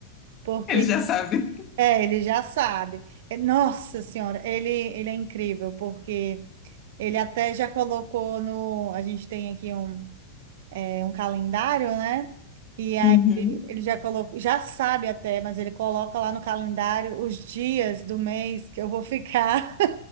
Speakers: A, on the right; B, on the left.
A: Porque,
B: Ele já sabe.
A: é, ele já sabe. É, Nossa Senhora, ele, ele é incrível, porque ele até já colocou no... A gente tem aqui um é um calendário, né? E aí
B: uhum.
A: ele já colocou, já sabe até, mas ele coloca lá no calendário os dias do mês que eu vou ficar,